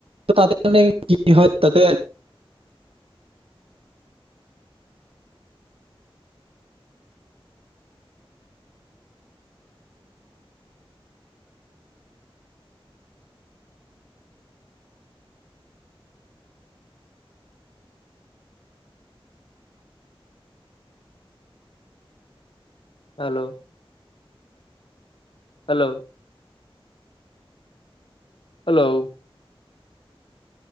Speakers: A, on the right; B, on the left.
A: তাতে মানে কি হয় তাতে
B: hello hello hello